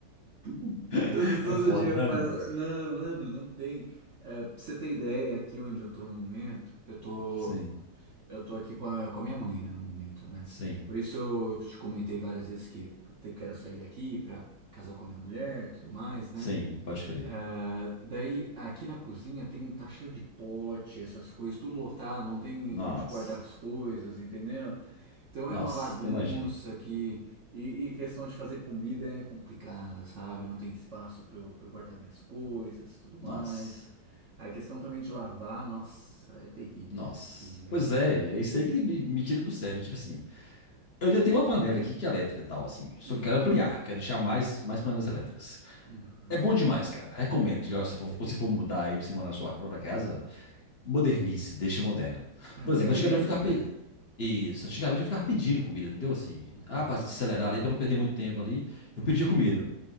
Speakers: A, on the right; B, on the left.
A: <laughs>
B: <laughs>
A: Todo, todo
B: É foda,
A: dia eu
B: né,
A: faço.
B: moço?
A: Não, mano, não tem. É, pra você ter ideia, aqui onde eu tô no momento, eu tô.
B: Sim,
A: Eu tô aqui com a, com a minha mãe, né, no momento, né?
B: sim,
A: Por isso eu te comentei várias vezes que te- quero sair daqui pra casar com a minha mulher, tudo mais, né?
B: sim, pode crer.
A: Ah, daí aqui na cozinha tem tá cheio de pote, essas coisas, tudo lotado, não tem
B: Nossa,
A: onde guardar as coisas, entendeu? Então
B: nossa,
A: é uma bagunça
B: até imagino.
A: que e, e questão de fazer comida é complicada, sabe? Não tem espaço pra eu, pra eu guardar minhas coisas, tudo mais.
B: Nossa.
A: A questão também de lavar, nossa, é terrível,
B: Nossa.
A: é terrível.
B: Pois é, é isso aí que me me tira do sério. Tipo assim, eu já tenho uma panela aqui que é elétrica e tal, assim. Só
A: Hum.
B: que eu quero ampliar, eu quero deixar mais, mais panelas elétricas.
A: Uhum.
B: É bom demais, cara. Recomendo. Diga, se for,
A: É-
B: quando
A: é-
B: você for mudar aí pra você morar na sua própria casa, modernize, deixa moderno.
A: Panela
B: Por exemplo, antigamente
A: elétrica.
B: eu ficava. pe- Isso, antigamente eu ficava pedindo comida, entendeu? Assim, ah,
A: Aham,
B: pra acelerar
A: sim.
B: ali, pra não perder muito tempo ali,
A: Uhum.
B: eu pedia comida.